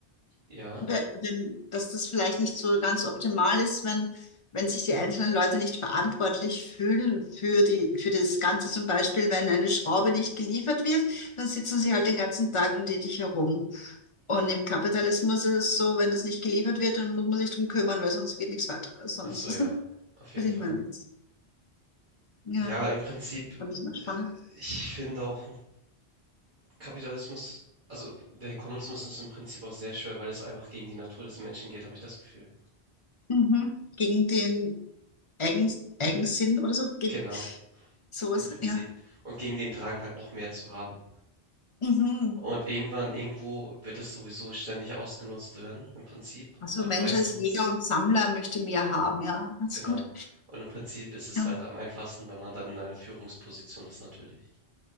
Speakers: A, on the right; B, on the left.
A: Ja.
B: we- wenn, dass das vielleicht nicht so ganz optimal ist, wenn, wenn sich die einzelnen Leute nicht verantwortlich fühlen für die, für das Ganze. Zum Beispiel, wenn eine Schraube nicht geliefert wird, dann sitzen sie halt den ganzen Tag um herum. Und im Kapitalismus ist es so, wenn das nicht geliefert wird, dann muss man sich drum kümmern, weil sonst geht nichts weiter. Sonst
A: Ach so,
B: <laughs>
A: ja. Auf jeden
B: verdient
A: Fall.
B: man ja nichts. Ja,
A: Ja, im Prinzip,
B: fand ich noch
A: äh,
B: spannend.
A: ich finde auch Kapitalismus, also der Kommunismus ist im Prinzip auch sehr schwer, weil es einfach gegen die Natur des Menschen geht, habe ich das Gefühl.
B: Mhm. Gegen den Eigen, Eigensinn oder so, gegen
A: Genau.
B: sowas,
A: Im Prinzip.
B: ja.
A: Und gegen den Drang halt noch mehr zu haben.
B: Mhm.
A: Und irgendwann, irgendwo wird es sowieso ständig ausgenutzt werden, im Prinzip.
B: Also
A: Und
B: Mensch
A: meistens,
B: als Jäger und Sammler möchte mehr haben, ja. That's
A: genau.
B: gut.
A: Und im Prinzip ist es
B: Ja,
A: halt am einfachsten, wenn man dann in einer Führungsposition ist, natürlich.